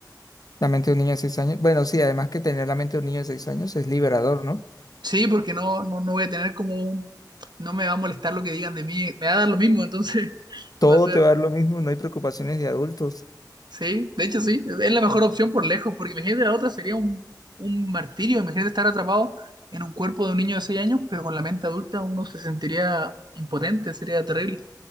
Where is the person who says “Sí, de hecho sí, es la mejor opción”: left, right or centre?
Right